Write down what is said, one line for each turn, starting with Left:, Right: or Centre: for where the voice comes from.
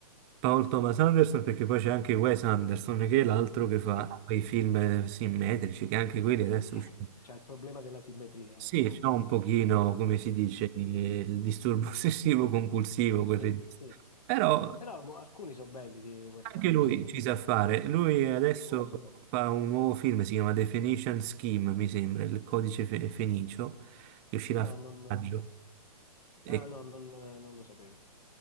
Right: Paul Thomas Anderson perché poi c'è anche Wes Anderson che è l'altro che fa
Left: Sì,
Right: quei film eh, simmetrici che anche quelli adesso
Left: Sì,
Right: usciti.
Left: C'è il problema della simmetria.
Right: Sì,
Left: <laughs>
Right: c'è un pochino, come si dice, il disturbo <laughs> ossessivo compulsivo, quel
Left: sì,
Right: regista.
Left: sì.
Right: Però
Left: Però mo- alcuni sono belli di Wes
Right: anche
Left: Anderson.
Right: lui ci sa fare. Lui adesso
Left: Come?
Right: fa un nuovo film, si chiama Definition Scheme, mi sembra, il codice fe- fenicio, che uscirà
Left: Ah,
Right: a
Left: non,
Right: maggio e
Left: eh, ah, no, non, eh, non lo sapevo.